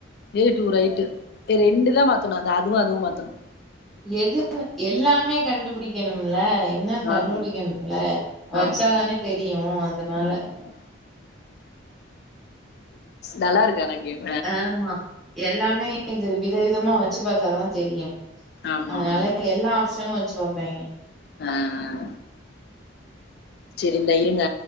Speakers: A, on the left; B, in the centre.
A: ஏ டு ரைட்டு இத ரெண்டு தா மாத்தணு அதுவு அதுவு மாத்தணு
B: எதுன்னு எல்லாமே கண்டுபிடிக்கணும்ல என்னன்னு
A: ஆ,
B: கண்டுபிடிக்கணும்ல
A: ஆமா
B: வச்சாதானே
A: ஆமா.
B: தெரியும் அதனால
A: ம். நல்லா இருக்கு ஆனா கேம்
B: ஆமா எல்லாமே இது விதவிதமா வச்சு பாத்தாதா தெரியும்
A: ஆமா
B: அதனால
A: ஆமா
B: எல்லா ஆப்ஷனும் வச்சு பாப்பாங்க
A: அ அ ம் செரி இந்தா இருங்க